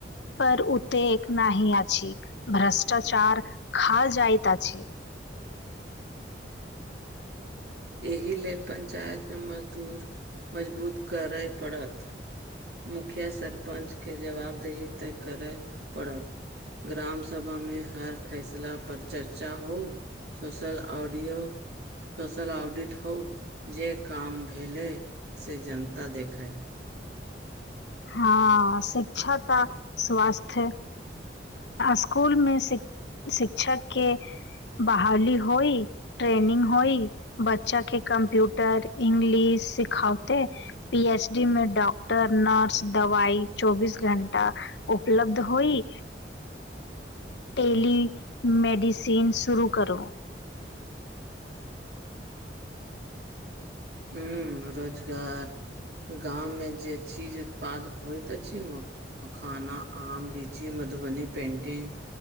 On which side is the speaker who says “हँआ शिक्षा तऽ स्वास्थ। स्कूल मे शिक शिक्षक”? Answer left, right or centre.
Left